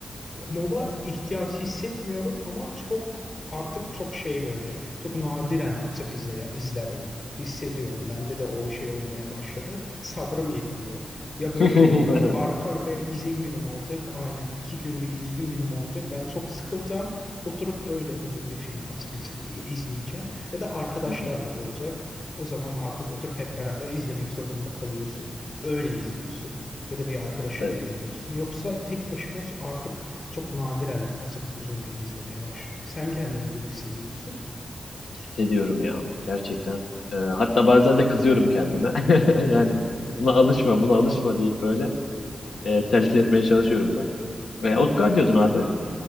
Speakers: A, on the left; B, on the left.
A: mola ihtiyacı hissetmiyorum ama çok artık çok şey böyle çok nadiren açıp izler, izler oldum. Hissediyorum. Bende de o şey olmaya başladı. Sabrım yetmiyor. Ya böyle
B: <laughs>
A: a- arka arkaya izin günüm olacak. Aynen iki gün bir izin günüm olacak. Ben çok sıkılacağım. Oturup öyle uzun bir film açıp iz- izleyeceğim. Ya da arkadaşlarla
B: Hı hı.
A: olacak. O zaman artık oturup hep beraber izlemek zorunda kalıyorsun. Öyle izliyorsun ya da bir arkadaşınla
B: Evet,
A: izliyorsun. Yoksa tek başıma artık çok nadiren atıp uzun film izlemeye başladım. Sen kendinde bunu hissediyor musun?
B: hissediyorum ya gerçekten. Ee, hatta bazen de kızıyorum kendime. <laughs> Yani buna alışma, buna alışma deyip böyle e, telkin etmeye çalışıyorum da. Ve Oscar diyordun abi.